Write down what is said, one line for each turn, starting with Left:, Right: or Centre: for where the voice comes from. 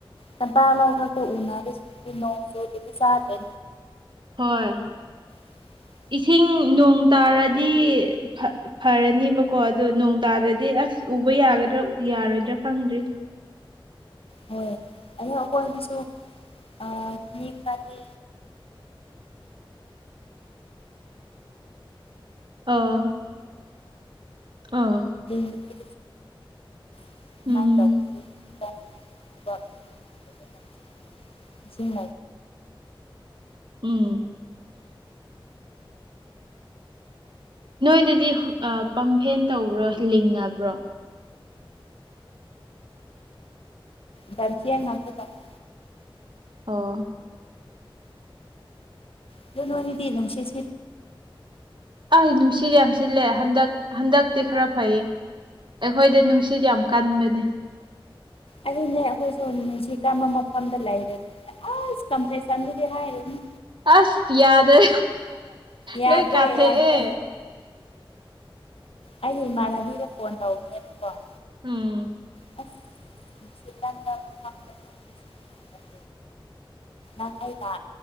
Left: ꯆꯝꯄ ꯂꯧ ꯈꯛꯇ ꯎꯅꯔꯦ ꯖꯤꯛꯇꯤ ꯅꯣꯡ ꯆꯨꯗꯔꯗꯤ ꯆꯥꯗ꯭ꯔꯦ
Right: ꯍꯣꯏ
Left: <inaudible>
Right: ꯏꯁꯤꯡ ꯅꯣꯡ ꯇꯥꯔꯗꯤ ꯐ ꯐꯔꯅꯤꯕꯀꯣ ꯑꯗꯣ ꯅꯣꯡ ꯇꯥꯗꯔꯗꯤ ꯑꯁ ꯎꯕ ꯌꯥꯒꯗ꯭ꯔꯥ ꯎ ꯌꯥꯔꯣꯏꯗ꯭ꯔꯥ ꯈꯪꯗ꯭ꯔꯤ
Left: ꯍꯣꯏ ꯑꯗꯣ ꯑꯈꯣꯏꯒꯤꯁꯨ ꯑꯥ ꯃꯤ ꯈꯔꯗꯤ
Right: ꯑꯥ ꯑꯥ
Left: ꯍꯣ <inaudible> <inaudible> ꯇ
Right: ꯎꯝ
Left: <inaudible> ꯗꯤ <inaudible>
Right: ꯎꯝ ꯅꯣꯏꯗꯗꯤ ꯍꯨ ꯑꯥ ꯄꯥꯝꯐꯦꯟ ꯇꯧꯕ꯭ꯔꯣ ꯂꯤꯡꯅꯕ꯭ꯔꯣ
Left: ꯕꯝꯁꯦꯟ ꯉꯥꯛꯇ ꯇꯧꯅ
Right: ꯑꯣ
Left: ꯑꯗꯨ ꯅꯣꯌꯗꯗꯤ ꯅꯨꯡꯁꯤ ꯁ
Right: ꯍꯨ ꯅꯨꯡꯁꯤ ꯌꯥꯝ ꯁꯤꯂꯦ ꯍꯟꯗꯛ ꯍꯟꯗꯛꯇꯤ ꯈꯔ ꯐꯩꯌꯦ ꯑꯈꯣꯏꯗ ꯅꯨꯡꯁꯤꯠ ꯌꯥꯝ ꯀꯟꯕꯅꯦ
Left: ꯑꯗꯨꯅꯦ ꯑꯈꯣꯏꯁꯨ ꯅꯨꯡꯁꯤ ꯀꯝꯕ ꯃꯐꯝꯗ ꯂꯩꯕꯅꯤꯅ ꯑꯁ ꯀꯝꯄꯂꯦꯛꯁꯟ ꯍꯥꯏꯔꯨꯅꯨ
Right: ꯑꯁ ꯌꯥꯗ꯭ꯔꯦ
Left: ꯌꯥꯗ꯭ꯔꯦ
Right: ꯂꯣꯏ ꯀꯥꯊꯦꯛꯑꯦ
Left: ꯌꯥꯗ꯭ꯔꯦ ꯑꯩꯗꯤ ꯏꯃꯥꯟꯅꯕꯤꯗ ꯐꯣꯟ ꯇꯧꯕꯅꯦꯕꯀꯣ
Right: ꯎꯝ
Left: <inaudible> ꯑ ꯍꯥꯏ <inaudible> ꯁꯥ